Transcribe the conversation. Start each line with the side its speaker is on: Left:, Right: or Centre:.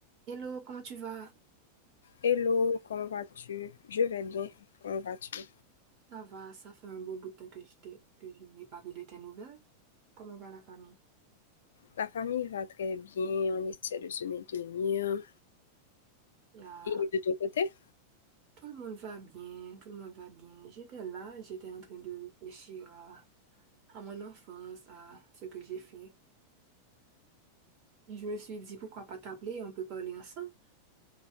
Right: Hello, comment tu vas?
Left: Hello, comment vas-tu? Je vais bien. Comment vas-tu?
Right: Ça va, ça fait un bon bout de temps que je t'ai- que je n'ai pas pris de tes nouvelles. Comment va la famille?
Left: La famille va très bien. On essaie de se maintenir.
Right: Il y a-
Left: Et de ton côté?
Right: Tout le monde va bien, tout le monde va bien. J'étais là, j'étais en train de réfléchir à, à mon enfance, à ce que j'ai fait. Et je me suis dit, pourquoi pas t'appeler, on peut parler ensemble.